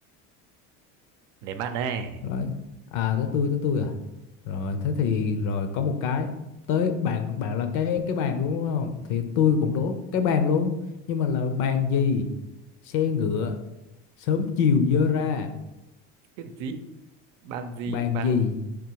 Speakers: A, on the right; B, on the left.
A: để bạn này
B: rồi à tới tôi tới tôi à rồi thế thì rồi có một cái tới bạn bạn là cái cái bàn luôn đúng không thì tôi cũng đố cái bàn luôn nhưng mà là bàn gì xe ngựa sớm chiều dơ ra
A: cái gì bàn gì
B: bàn
A: mà
B: gì